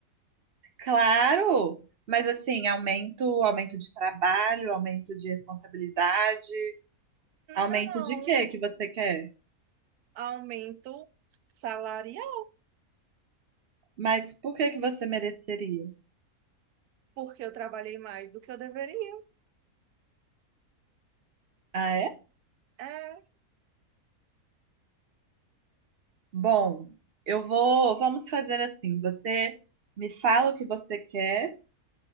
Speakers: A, on the right (about 45°); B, on the right (about 85°).
A: Claro! Mas assim, aumento, aumento de trabalho, aumento de responsabilidade, aumento
B: Não,
A: de quê que você quer?
B: aumento salarial.
A: Mas por que que você mereceria?
B: porque eu trabalhei mais do que eu deveria.
A: Ah, é?
B: É,
A: Bom, eu vou. Vamos fazer assim. Você me fala o que você quer